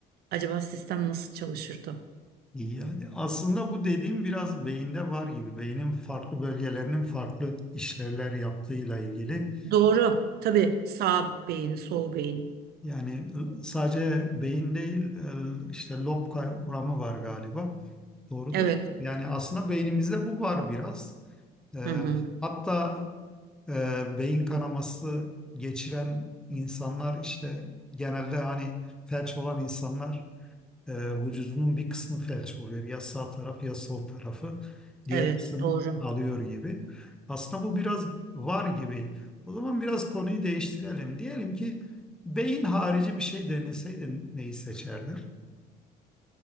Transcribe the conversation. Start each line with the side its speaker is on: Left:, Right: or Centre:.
Right: acaba sistem nasıl çalışırdı?
Centre: Yani aslında bu dediğim biraz beyinde var gibi. Beynin farklı bölgelerinin farklı işlevler yaptığıyla ilgili.
Right: Doğru. Tabii sağ beyin, sol beyin.
Centre: Yani sadece beyin değil e, işte lob kavramı var galiba. Doğrudur.
Right: Evet.
Centre: Yani aslında beynimizde bu var biraz. E,
Right: Hı hı.
Centre: hatta e, beyin kanaması geçiren insanlar işte genelde hani felç olan insanlar e, vücudunun bir kısmı felç oluyor. Ya sağ taraf ya sol tarafı diğer
Right: Evet,
Centre: kısım
Right: doğru.
Centre: alıyor gibi. Aslında bu biraz var gibi. O zaman biraz konuyu değiştirelim. Diyelim ki beyin harici bir şey deneseydin neyi seçerdin?